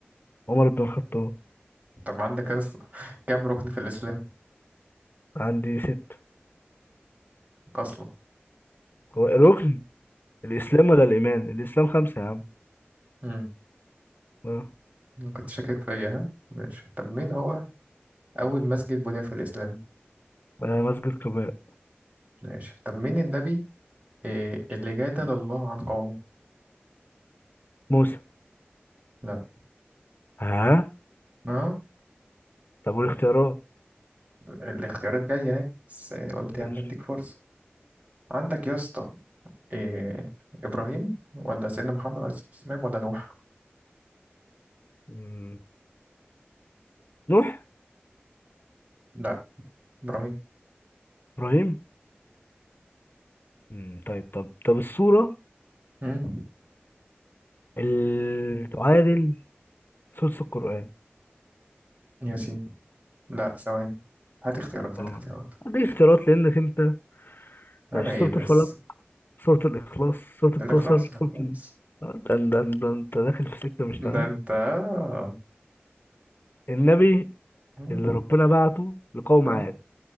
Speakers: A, on the left; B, on the right.
A: عمر بن الخطاب
B: طب عندك يا اسطى كام ركن في الاسلام
A: عندي ست
B: اصلا
A: هو الركن الإسلام ولا الإيمان؟ الإسلام خمسة يا عم
B: امم
A: اه
B: كنت شاكك فيا ها ماشي طب مين هو اول مسجد بني في الاسلام
A: آه، مسجد قباء
B: ماشي طب مين النبي إيه اللي جادل الله عن قومه
A: موسى
B: لا
A: ها
B: اه
A: طب والاختيارات
B: الاختيارات جايه اهي بس قلت
A: ماشي
B: يعني اديك فرصه عندك يا اسطى إيه ابراهيم ولا سيدنا محمد عليه الصلاه والسلام ولا نوح
A: مم. نوح
B: لا ابراهيم
A: إبراهيم مم. طيب طب طب السورة
B: امم
A: اللي تعادل سورة القرآن
B: ياسين لا ثواني هات اختيارات
A: اه
B: هات اختيارات
A: دي اختيارات لأنك أنت
B: انا
A: ماشي
B: ايه
A: سورة
B: بس
A: الفلق سورة الإخلاص سورة الكوثر
B: الاخلاص الاخلاص
A: سورة ال... آه، ده ده ده أنت داخل في سكة مش تمام
B: ده انت آه.
A: النبي
B: مم.
A: اللي ربنا بعته لقوم
B: آه.
A: عاد